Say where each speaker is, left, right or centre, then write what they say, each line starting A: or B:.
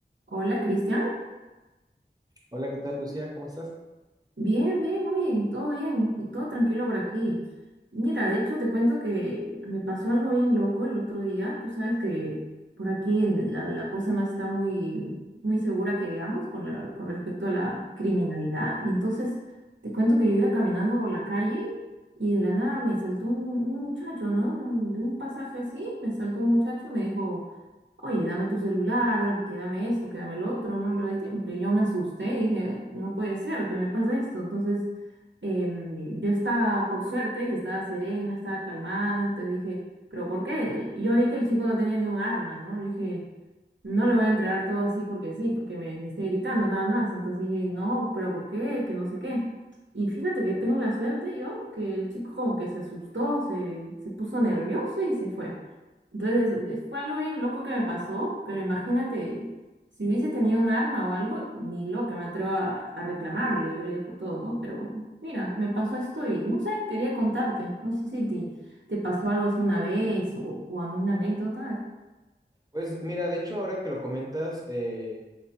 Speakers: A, on the right; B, on the right.
A: Hola, Cristian.
B: Hola, ¿qué tal, Lucía? ¿Cómo estás?
A: Bien, bien, oye, todo bien y todo tranquilo por aquí. Mira, de hecho te cuento que me pasó algo bien loco el otro día. Tú sabes que por aquí en la, la cosa no está muy, muy segura que digamos con la, con respecto a la criminalidad. Y entonces te cuento que yo iba caminando por la calle y de la nada me saltó un, un muchacho, ¿no? Un- De un pasaje así, me saltó un muchacho y me dijo... oye, dame tu celular, dame- que dame esto, que dame el otro, no lo de tiempo. Y yo me asusté, dije, no puede ser que me pase esto. Entonces, em, yo estaba, por suerte, estaba serena, estaba calmada, entonces dije, ¿pero por qué? Y Yo vi que el chico no tenía ni un arma, ¿no? Le dije, no le voy a entregar todo así porque sí, porque me, me esté gritando nada más. Entonces dije, no, pero ¿por qué? Que no sé qué. Y fíjate que tengo la suerte yo, que el chico como que se asustó, se, se puso nervioso y se fue. Entonces es- fue algo bien loco que me pasó, pero imagínate, si hubiese tenido un arma o algo, ni loca me atrevo a, a reclamarle, yo le dejo todo, ¿no? Pero mira, me pasó esto y no sé, quería contarte. No sé si te, te pasó algo así una vez o, o una anécdota.
B: Pues mira, de hecho, ahora que lo comentas, eh,